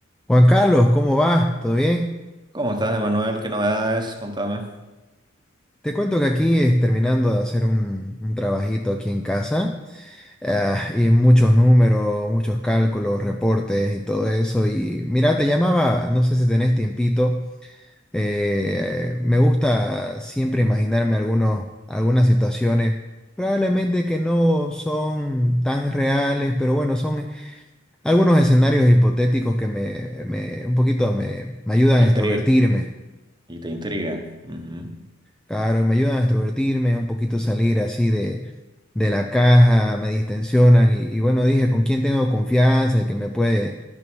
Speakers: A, in the centre; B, on the right (about 20°).
A: Juan Carlos, ¿cómo va? ¿Todo bien?
B: ¿Cómo estás, Emanuel? ¿Qué novedades? Contame.
A: Te cuento que aquí es terminando de hacer un, un trabajito aquí en casa, ah, y muchos números, muchos cálculos, reportes y todo eso. Y mira, te llamaba, no sé si tenés tiempito, eh, me gusta siempre imaginarme algunos, algunas situaciones, probablemente que no son tan reales, pero bueno, son algunos escenarios hipotéticos que me, me- un poquito me me ayudan
B: Te
A: a extrovertirme.
B: intri- y te intrigan. Ujú.
A: Claro, y me ayudan a extrovertirme, un poquito salir así de, de la caja, me distensionan y, y bueno, dije, ¿con quién tengo confianza y que me puede,